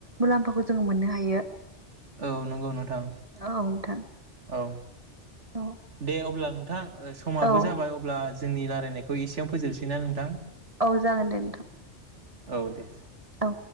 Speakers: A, on the right; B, on the right.
A: मुलाम्फाखौ जोङो ओ मोननो हायो।
B: औ नंगौ नोंथां
A: औ नोंथां
B: औ
A: औ
B: दे अब्ला थां समाबो
A: औ
B: जाबाय अब्ला जोंनि रायलायनायखौ एसेयावनो फोजोबनोसैना नोंथां?
A: औ जागोन दे नोंथां।
B: औ दे।
A: औ